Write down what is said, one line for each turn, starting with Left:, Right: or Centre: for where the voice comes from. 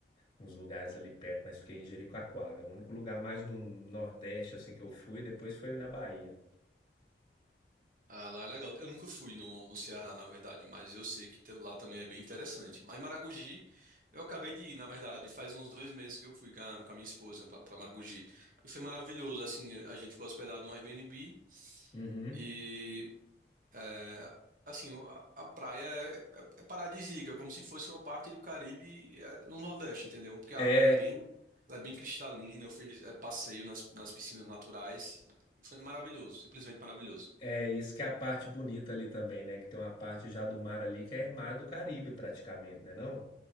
Left: uns lugares ali perto, mas fiquei em Jericoacoara. O único lugar mais no Nordeste assim que eu fui, depois foi na Bahia.
Right: Ah, lá é legal. Eu nunca fui no, no Ceará, na verdade, mas eu sei que te- lá também é bem interessante. Lá em Maragogi, eu acabei de ir, na verdade, faz uns dois meses que eu fui com a, com a minha esposa para Maragogi. E foi maravilhoso, assim, a gente ficou hospedado no Airbnb
Left: Uhum.
Right: e, é, assim, a, a praia é, é, é paradisíaca, como se fosse uma parte do Caribe, é, no Nordeste, entendeu? Porque
Left: É,
Right: a água, ela é bem, ela é bem cristalina, eu fiz, é, passeio nas, nas piscinas naturais, e foi maravilhoso, simplesmente maravilhoso.
Left: é isso que é a parte bonita ali também, né? Que tem uma parte já do mar ali que é mar do Caribe praticamente, né não?